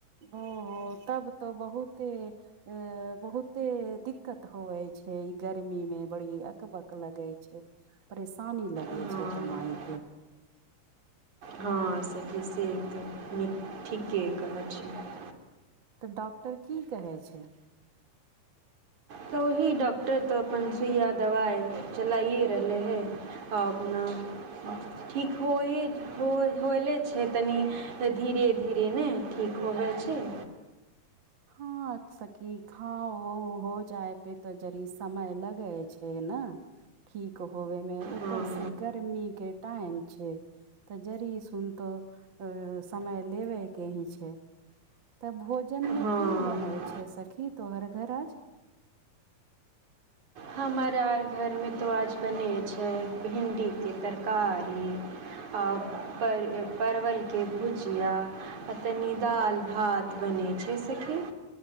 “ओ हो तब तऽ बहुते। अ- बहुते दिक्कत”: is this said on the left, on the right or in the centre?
Right